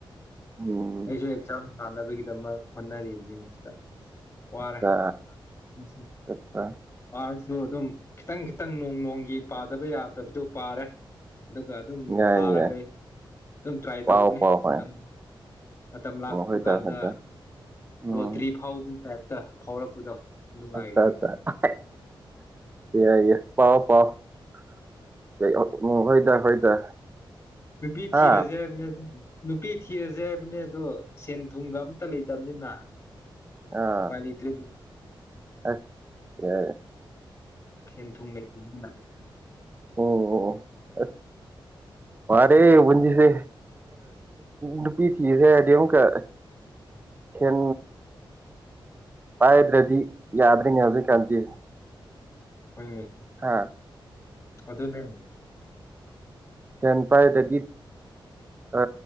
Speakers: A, on the right (about 20°); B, on the left (about 35°).
A: ꯎꯝ
B: ꯑꯩꯁꯨ ꯑꯦꯛꯖꯥꯝ ꯊꯥꯅꯕꯒꯤꯗꯃꯛ ꯍꯣꯠꯅꯔꯤꯕꯅꯤꯅꯦ ꯁꯤꯗ ꯋꯥꯔꯦ
A: ꯑꯠꯆꯥ
B: ꯎ
A: ꯑꯠꯆꯥ
B: ꯋꯥꯔꯁꯨ ꯑꯗꯨꯝ ꯈꯤꯇꯪ ꯈꯤꯇꯪ ꯅꯣꯡ ꯅꯣꯡꯒꯤ ꯄꯥꯗꯕ ꯌꯥꯗꯕꯗꯨ ꯄꯥꯔꯦ ꯑꯗꯨꯒ ꯑꯗꯨꯝ
A: ꯌꯥꯏ
B: ꯊꯥꯔꯒ
A: ꯌꯥꯏ
B: ꯑꯗꯨꯝ ꯇ꯭ꯔꯥꯏ
A: ꯄꯥꯎ
B: ꯇꯧꯕꯅꯦ
A: ꯄꯥꯎ ꯍꯣꯏ
B: ꯃꯇꯝ ꯃꯇꯝ ꯂꯥꯛꯄ
A: ꯑꯣ ꯍꯣꯏꯗ
B: ꯀꯥꯟꯗ
A: ꯍꯣꯏꯗ ꯎꯝ
B: ꯂꯣꯇ꯭ꯔꯤ ꯐꯥꯎꯕ ꯇꯥꯏ ꯇ ꯐꯥꯎꯔꯛꯄꯗꯣ ꯑꯗꯨ ꯉꯥꯏꯔꯤꯅꯤꯗ
A: ꯑꯠꯆꯥꯆꯥ ꯑꯠꯆꯥ ꯑꯦ ꯏ ꯄꯥꯎ ꯄꯑꯣ ꯎꯝ ꯍꯣꯏꯗ ꯍꯣꯏꯗ
B: ꯅꯨꯄꯤ
A: ꯍꯥ
B: ꯊꯤꯔꯁꯦ ꯍꯥꯢꯕꯅꯦ ꯅꯨꯄꯤ ꯊꯤꯔꯁꯦ ꯍꯥꯏꯕꯅꯦ ꯑꯗꯣ ꯁꯦꯟ ꯊꯨꯝꯒ ꯑꯝꯇ ꯂꯩꯇꯕꯅꯤꯅ
A: ꯑꯥ
B: ꯄꯥꯏ ꯂꯩꯇꯔꯦ
A: ꯑꯁ
B: ꯁꯦꯟ ꯊꯨꯝ ꯂꯩꯇꯕꯅꯤꯅ
A: ꯑꯣ ꯑ ꯌꯥꯔꯦ ꯕꯨꯟꯖꯤꯁꯦ ꯅꯨꯄꯤ ꯊꯤꯔꯁꯤ ꯍꯥꯢꯔꯗꯤ ꯑꯃꯨꯀ
B: ꯎꯝ
A: ꯎ ꯄꯥꯏꯗ꯭ꯔꯗꯤ ꯌꯥꯗ꯭ꯔꯤꯅꯦ ꯍꯧꯖꯩ ꯀꯥꯟꯗꯦ
B: ꯍꯣꯢꯅꯦ
A: ꯑ
B: ꯑꯗꯨꯅꯦ
A: ꯁꯦꯟ ꯄꯥꯏꯗꯗꯤ ꯑ